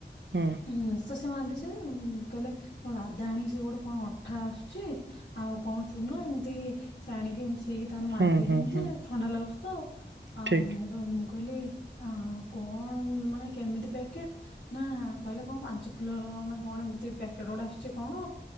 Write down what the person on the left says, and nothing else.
ହୁଁ ସେ ସେ ମାରି ଦେଇଚନ୍ତି ଆଉ ହୁଁ କହିଲେ ମୋ ଦାଦା ଆଣିକି ସେ ଗୋଡ଼ କଣ ଅଠା ଆସୁଚି ଆଉ କଣ ଚୁନ ଏମିତି ସେ ଆଣିକି ମିଶେଇକି ତାଙ୍କର ମାରିଦେଇଚନ୍ତି
ଆଉ ଥଣ୍ଡା ଲାଗୁଚିତ ଆଉ ଆଉ
ମୁଁ କ ମୁଁ କହିଲି ଆ କଣ ମ ମାନେ କେମିତି ପ୍ୟାକେଟ ନା କହିଲେ କଣ ପାଞ୍ଚ କିଲୋର ନା କଣ ଏମିତି ପ୍ୟାକେଟ୍ ଗୋଟେ ଆସୁଚି କଣ